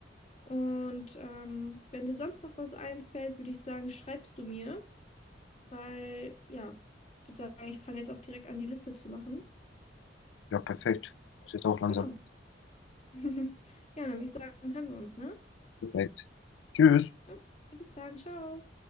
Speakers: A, on the left; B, on the left.
A: Und ähm, wenn dir sonst noch was einfällt, würde ich sagen, schreibst du mir. Weil, ja, ich würde sagen, ich fange jetzt auch direkt an, die Liste zu machen.
B: Ja, perfekt. Muss jetzt auch langsam.
A: Genau. <laughs> Ja, dann würde ich sagen, hören wir uns, ne?
B: Perfekt. Tschüss.
A: Ja, bis dann, ciao.